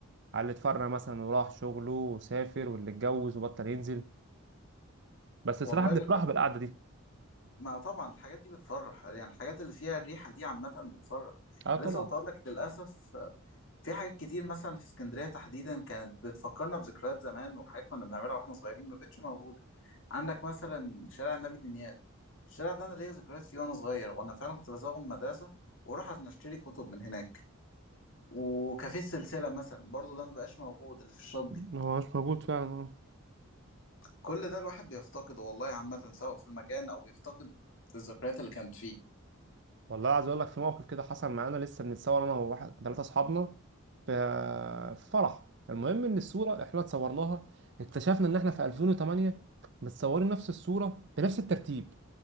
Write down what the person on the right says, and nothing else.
على اللي اتفرق مثلا وراح شغله وسافر واللي اتجوز وبطل ينزل بس
الصراحة بنفرح
بالقعدة دي
أه طبعا
ما هوش موجود فعلا اه
والله عايز اقول لك في موقف كده حصل معانا لسه بنتصور انا وواحد ثلاثه اصحابنا في في فرح المهم ان الصوره احنا اتصورناها اكتشفنا ان احنا في 2008 متصورين نفس الصوره بنفس الترتيب